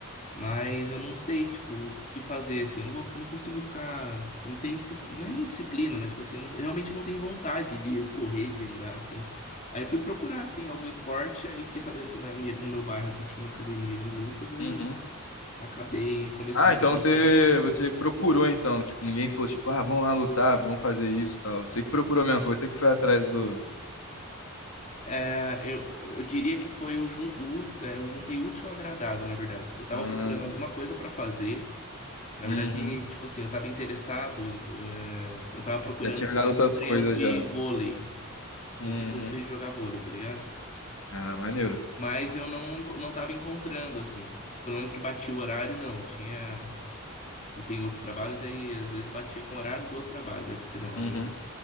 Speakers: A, on the left; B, on the left.
A: Mas eu não sei, tipo, o que fazer, assim. Eu não vou, não consigo ficar. Não tem, disci- não é nem disciplina, mas, tipo assim, eu, não- eu realmente não tenho vontade de correr, de andar, assim. Aí eu fui procurar, assim, algum esporte, aí fiquei sabendo que na minha- no meu bairro aqui tinha uma academia de luta, daí
B: Uhum.
A: acabei começando.
B: Ah, então você, você procurou então, tipo, ninguém falou tipo, ah, vamos lá lutar, vamos fazer isso, e tal. Você que procurou mesmo, foi você que foi atrás do
A: É, eu, eu diria que foi o, jun, o ú- é, eu juntei útil ao agradável, na verdade. que Eu tava
B: Ah,
A: procurando alguma coisa pra fazer. Na
B: uhum.
A: verdade, tipo assim, eu tava interessado em, eh, eu tava procurando
B: Já tinha
A: por
B: olhado
A: algum
B: outras
A: treino
B: coisas
A: de
B: já.
A: vôlei.
B: Uhum.
A: Eu sempre gostei de jogar vôlei, tá ligado?
B: Ah, maneiro.
A: Mas eu não, enco- não tava encontrando, assim. Pelo menos que batia o horário, não. Tinha. Eu tenho outro trabalho, daí às vezes batia com o horário do outro trabalho. Daí eu pensei, não, aí,
B: Uhum.